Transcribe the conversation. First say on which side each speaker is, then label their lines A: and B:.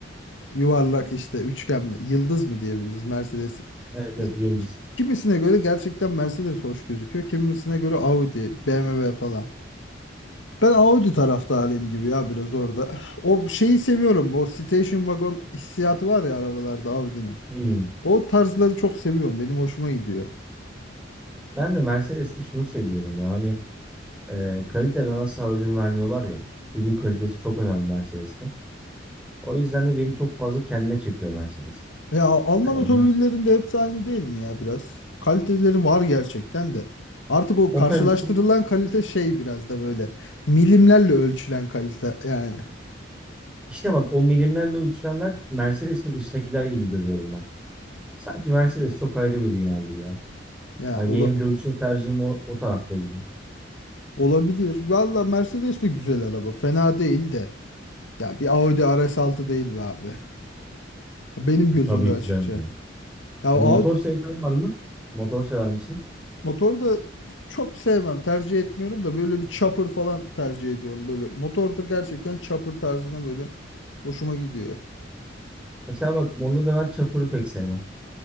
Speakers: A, on the left; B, in the centre.
A: yuvarlak işte üçgen mi, yıldız mı diyebiliriz Mercedes.
B: Evet evet
A: Ya,
B: Yıldız.
A: ki- Kimisine göre gerçekten Mercedes hoş gözüküyor. Kimisine göre Audi, BMW falan. Ben Audi taraftarıyım gibi ya biraz orada. <sighs> O şeyi seviyorum. O station wagon hissiyatı var ya arabalarda Audi'nin.
B: Hmm.
A: O tarzları çok seviyorum. Benim hoşuma gidiyor.
B: Ben de Mercedes'te şunu seviyorum ya. Hani e, kaliteden asla ödün vermiyorlar ya. Ürün kalitesi çok önemli Mercedes'te. O yüzden de beni çok fazla kendine çekiyor Mercedes.
A: Ya Alman
B: Hani
A: otomobillerinin de hepsi aynı değil mi ya biraz? Kaliteleri var gerçekten de. Artık o
B: Opel
A: karşılaştırılan
B: için
A: kalite şey biraz da böyle milimlerle ölçülen kalite yani.
B: işte bak o milimlerle ölçülenler Mercedes ve dışındakiler gibi görüyorum ben. Sanki Mercedes çok ayrı bir dünya gibi ya.
A: Ya
B: Hani
A: ola-
B: benim görüşüm tercihim o, o tarafta gibi.
A: olabilir. Valla Mercedes de güzel araba. Fena değil de. Ya bir Audi RS6 değil be abi. Benim gözümde
B: Tabii
A: açıkça.
B: ki canım ya.
A: Ya Audi
B: E, motor sevdan var mı? Motor sever misin?
A: motoru da çok sevmem. Tercih etmiyorum da böyle bir chopper falan tercih ediyorum. Böyle motor da gerçekten chopper tarzına böyle hoşuma gidiyor.
B: Mesela bak onda da ben çapuru pek sevmem.